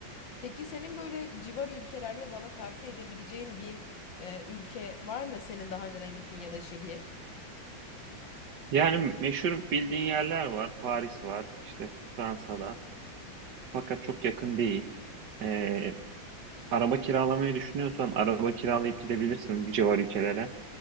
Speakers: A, on the left (about 70°); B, on the right (about 60°).
A: Peki senin böyle civar ülkelerde bana tavsiye edebileceğin bir e, ülke var mı senin daha önceden gittiğin ya da şehir?
B: Yani meşhur bildiğin yerler var. Paris var, işte Fransa'da. Fakat çok yakın değil. Ee, Araba kiralamayı düşünüyorsan araba kiralayıp gidebilirsin bir civar ülkelere.